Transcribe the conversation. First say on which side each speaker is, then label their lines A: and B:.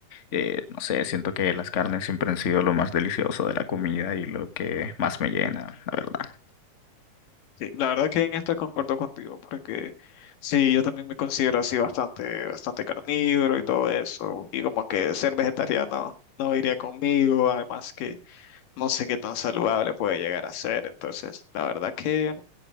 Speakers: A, on the left (about 60°); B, on the left (about 85°).
A: eh, no sé, siento que las carnes siempre han sido lo más delicioso de la comida y lo que más me llena, la verdad.
B: Sí, la verdad que en esto concuerdo contigo, porque sí, yo también me considero así bastante, bastante carnívoro y todo eso, y como que ser vegetariano no iría conmigo, además que no sé qué tan saludable puede llegar a ser, entonces, la verdad que...